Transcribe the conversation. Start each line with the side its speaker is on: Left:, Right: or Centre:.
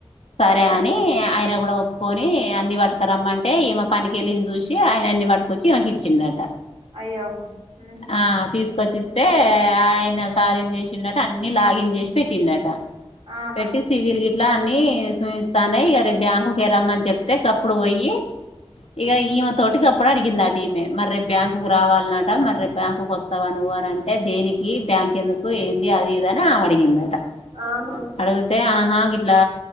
Left: సరే
Right: ఆ
Left: అని ఆయన కూడా ఒప్పుకొని అన్ని పట్టుక రమ్మంటే ఈమె పనికిళ్ళిన చూసి ఆయన అన్ని పట్టుకొచ్చి ఈకి ఇచ్చిండట
Right: అయ్యో ఉహు
Left: ఆ తీసుకు తీసుకువచ్చి ఇస్తే ఆయన సార్ ఏం చేసిట అన్ని లాగిన్ చేసి పెట్టినట
Right: ఆహా
Left: పెట్టి సివల్ గ ఇట్లా అని సూయిస్తాన ఇక రేపు బ్యాంకుకిరమ్మని చెప్తే గా ప్పుడు పోయి ఇక ఈమె తోటికి అప్పుడు అడిగింది అట మరి రేపు బ్యాంకు రావాలన్నట మరి రేపు బ్యాంకు వస్తా నువ్వు నువ్వు అంటే దేనికి బ్యాంక్ ఎందుకు ఏంది అది ఇదని అడిగిందట
Right: ఆహా
Left: అడిగితే ఆహా ఇట్లా